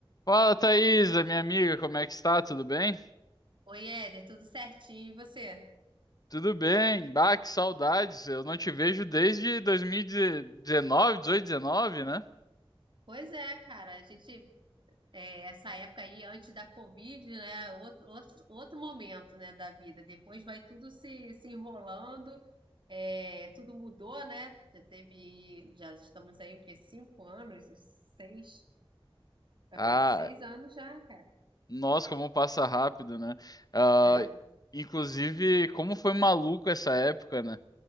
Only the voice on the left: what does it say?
Fala, Thaisa, minha amiga, como é que está? Tudo bem?
Tudo bem. Bah, que saudades. Eu não te vejo desde 2019, 18, 19, né?
Ah,
nossa, como passa rápido, né? Ah,
inclusive, como foi maluco essa época, né?